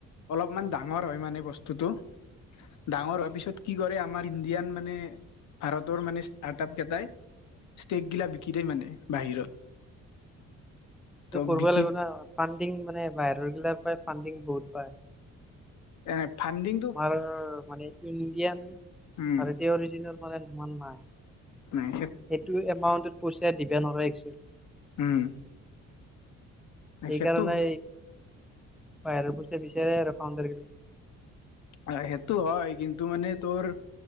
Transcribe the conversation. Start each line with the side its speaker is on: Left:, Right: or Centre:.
Left: অলপমান ডাঙৰ হয় মানে বস্তুটো ডাঙৰ হোৱাৰ পিছত কি কৰে আমাৰ ইণ্ডিয়ান মানে ভাৰতৰ মানে ষ্টাৰ্ট আপ কেইটাই ষ্টেক গিলা বিকি দেই মানে বাহিৰত।
Centre: সেইটো
Left: ত
Centre: কৰিব
Left: বিকি
Centre: লাগিব ন ফানণ্ডিং মানে বাহিৰৰ গিলা পৰাই ফানণ্ডিং বহুত পায়।
Left: এনে ফাণ্ডিং
Centre: আমাৰ মানে এইটো ইণ্ডিয়ান ভাৰতীয়
Left: উম
Centre: অৰিজিনৰ মানে ইমান নাই।
Left: নাই
Centre: সেইটো এমাউণ্টত পইচা দিবে নোৱাৰে এক্চেলি।
Left: উম।
Centre: সেইকাৰণে
Left: সেইটো
Centre: বাহিৰৰ গচ বিচাৰে আৰু ফাউণ্ডাৰ গলে।
Left: আহ সেইটো হয় কিন্তু মানে তোৰ